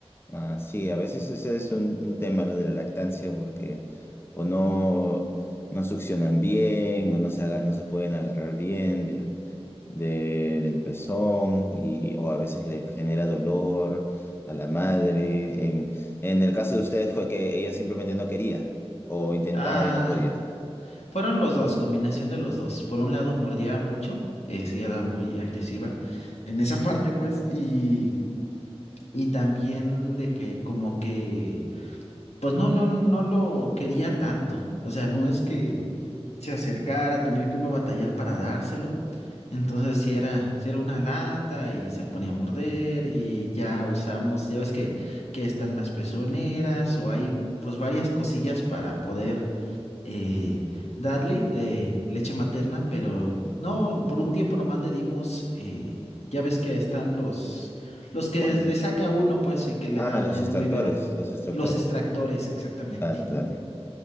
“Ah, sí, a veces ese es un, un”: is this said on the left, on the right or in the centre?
Left